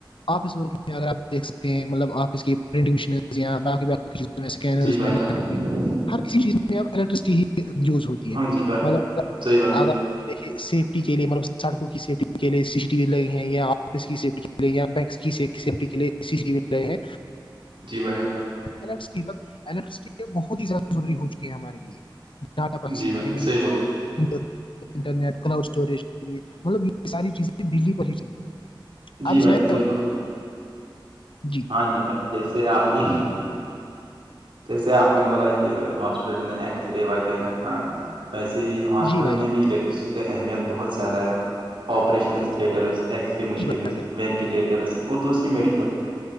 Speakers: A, on the left; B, on the right.
A: آفس ورک میں اگر آپ دیکھ سکتے ہیں مطلب آفس کی پرنٹنگ مشین یا بقی اسکینر
B: جی بھائی
A: میں نیٹ
B: جان
A: میں ہر کسی چیز میں اب الیکٹریسٹی یوز ہوتی
B: ہاں
A: ہے
B: جی بھائی
A: م
B: صحیح بات بولی
A: اگر جےیفٹی کے لیے مطلب سڑکوں کی سیفٹی کے لیے ٹی وی لگ ہیں یا آفس کی سیفٹی کے لیے یا بک سیفٹی کے لیے ای سی ٹی وی لگ ہیں
B: جی بھیا
A: ال الیکٹسٹی بہت ہی زیادہ ضوری ہو چکی ہے ہمارے لیے ڈاٹا پرسیسر
B: جی بھائی صحیح بولا
A: انٹرنیٹ کلاڈ اسٹوریج کےے مطلب یہ ساری چیزیں بجلی پر ہی چلتی ہے
B: جی
A: آپ
B: بھائی
A: س
B: نے صحیح بولا
A: جی
B: ہاں جی بھائی جیسے آپ نے جیسے آپ نے بولا کہ ہاسپٹل میں ایکس رے وغیرہ ہاں ویسے ہی ہاسپٹل
A: جی بھائی
B: میں
A: جان
B: بھی الیکٹریسٹی کا اہمیت بہت زیادہ ہے آپریشن تھیٹرس اسرے مشینز
A: جی بھائی جان
B: وینٹلیٹرز اور دوسری میڈیکل